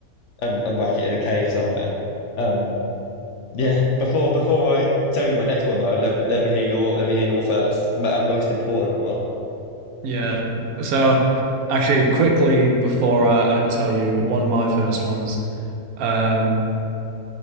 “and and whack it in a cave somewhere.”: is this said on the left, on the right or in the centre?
Left